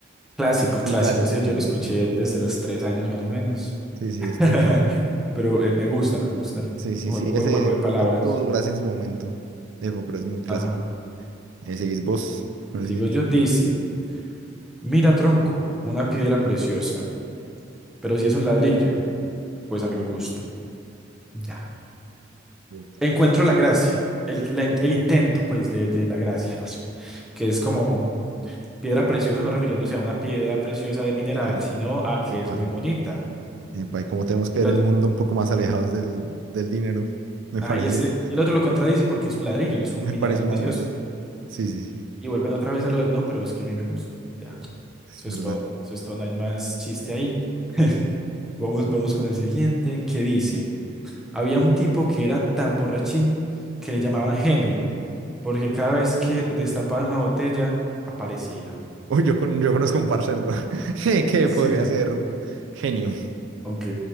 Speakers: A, in the centre; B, on the right.
A: Clásico, clásico.
B: el clásico,
A: Ese yo
B: clásico,
A: lo escuché
B: clásico.
A: desde los tres años más o menos.
B: Sí, sí,
A: <laughs>
B: este, sí,
A: Pero eh, me gusta, me gusta.
B: sí, sí,
A: Jue-
B: sí,
A: Un
B: ese,
A: buen juego
B: ese
A: de palabras.
B: tiene- tuvo su gracia en su momento. Epa, pero es muy clásico.
A: Ajá.
B: Eh, seguís vos con
A: Sigo
B: el siguiente.
A: yo, dice, mira, tronco, una piedra preciosa, pero si es un ladrillo, pues a mí me gusta. Ya.
B: Uy,
A: Encuentro la gracia, el, la in- el intento, pues, de, de la gracia, <laughs> más bien, que es como piedra preciosa, no refiriéndose a una piedra preciosa de mineral,
B: de que-
A: sino a que
B: Epa,
A: es muy bonita.
B: epa, y como tenemos que
A: Y
B: ver
A: el otro,
B: el mundo un poco más alejados del, del dinero, me
A: ajá,
B: parece,
A: y este, y el otro lo contradice porque es un ladrillo, no es
B: me
A: un mineral
B: parece una
A: precioso.
B: buena. Sí, sí, sí,
A: Y vuelven otra vez a lo de, no, pero es que a mí me gusta. Ya.
B: es
A: Eso
B: verdad.
A: es todo. Eso es todo. No hay más chiste ahí. <laughs> Vamos, vamos con el siguiente, que dice, había un tipo que era tan borrachín que le llamaban genio, porque cada vez que destapaban una botella, aparecía.
B: Uy, yo, con- yo conozco un parcero <laughs> que
A: Sí.
B: podría ser genio,
A: Ok.